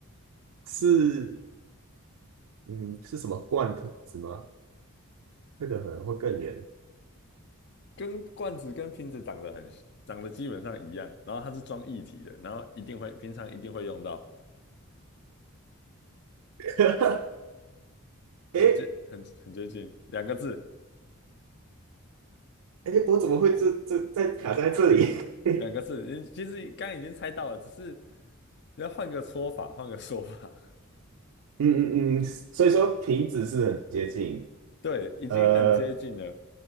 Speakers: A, on the right; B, on the left.
A: 是，嗯，是什么罐头子吗？那个可能会更远。
B: 跟罐子跟瓶子长得很长得基本上一样，然后它是装液体的，然后一定会平常一定会用到，
A: <laughs>
B: 很接很很接近，
A: 诶
B: 两个字
A: 诶，我怎么会这这在卡在这里？<laughs> 嗯
B: 两个字，你其实刚刚已经猜到了，只是你要换个说法，换个说法，
A: 嗯嗯，所以说瓶子是很接近，
B: <laughs> 对，已经很接近了，
A: 呃，